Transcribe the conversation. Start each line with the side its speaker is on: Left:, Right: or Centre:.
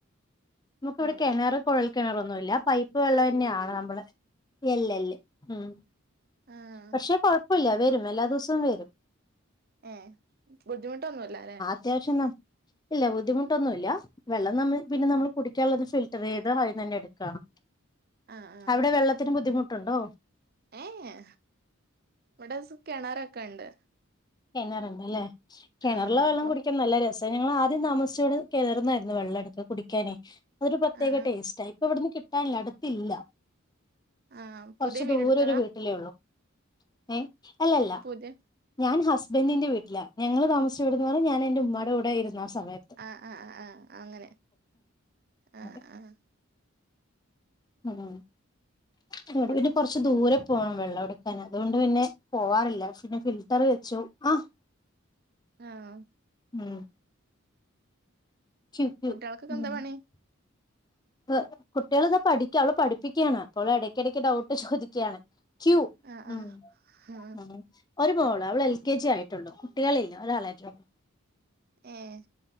Left: നമുക്കിവിടെ
Right: ഓഹ്
Left: കെണറ് കുഴൽ കിണറൊന്നുല്ല പൈപ്പ് വെള്ളവെന്നെയാണ് നമ്മള് എല്ല എല്ല് ഉം
Right: ആഹ്
Left: പക്ഷെ കൊഴപ്പമില്ല വരും എല്ലാ ദൂസവും വരും
Right: ഏഹ് ബുദ്ധിമുട്ടൊന്നുല്ലലേ
Left: അത്യാവശ്യംന്ന ഇല്ല ബുദ്ധിമുട്ടൊന്നുല്ല വെള്ളം നമ്മ് പിന്നെ നമ്മള് കുടിക്കാള്ളത് ഫിൽട്ടറെയ്ത് അയിന്ന് തന്നെ എട്ക്കാണ്
Right: ആഹ് ആഹ്
Left: അവ്ടെ വെള്ളത്തിന് ബുദ്ധിമുട്ടുണ്ടോ
Right: ഏഹ് യാ ഇവിടെ സ് കെണറൊക്കെണ്ട്
Left: കെണറ്ണ്ടല്ലേ കെണർലെ
Right: ആഹ് ആഹ്
Left: വെള്ളം
Right: അപ്പൊ
Left: കുടിക്കാൻ നല്ല രസ ത് ഞങ്ങള് ആദ്യം താമസിച്ചോട് കെണറ്ന്നായിരുന്നു വെള്ളം എട്ത്ത് കുടിക്കാനേ അതൊരു പ്രത്യേക
Right: ആഹ് ആഹ്
Left: ടേസ്റ്റായി ഇപ്പൊ ഇവിട്ന്ന് കിട്ടാനില്ല എടുത്തില്ല
Right: ആഹ്
Left: കൊറച്ച്
Right: പുതിയ വീടെടുത്തതാ
Left: ദൂരൊരു വീട്ടിലേ ഒള്ളൂ ഏ അല്ലല്ല
Right: പുതിയ
Left: ഞാൻ ഹസ് ബെന്റിന്റെ വീട്ടിലാ ഞങ്ങള് താമസിച്ചാേയിവിടുന്ന് ഞാൻ എന്റെ ഉമ്മാടെ കൂടെ ഇരുന്നാ സമയത്
Right: ആഹ് ആഹ് ആഹ് ആ അങ്ങനെ ആഹ്
Left: അതെ
Right: ആഹ്
Left: ഉം ഇവിടെ
Right: കു
Left: പിന്നെ കൊർച്ച് ദൂരം പോണം വെള്ളം എടുക്കാന് അതുകൊണ്ട് പിന്നെ പോവാറില്ല പിന്നെ ഫിൽട്ടറ് വെച്ചു. ആഹ്
Right: ആഹ്
Left: ഉം <unintelligible>
Right: കുട്ടികൾക്കൊക്കെ എന്താ പണി
Left: <unintelligible> കുട്ടികളൊക്കെ പഠിക്ക. അവള് പഠിപ്പിക്കയാണ് അപ്പോവള് എടക്ക് ഇടക്ക് ഡൗട്ട് ചോദിക്കാണ്. ക്യൂ
Right: ആഹ്
Left: ഉം
Right: ആഹ് ആഹ്
Left: ഉം ഒരു മോള് അവള് എൽ കെ ജി ആയിട്ടുള്ളു. കുട്ടികളില്ല ഒരാളായിട്ടൊള്ളു.
Right: ഏഹ്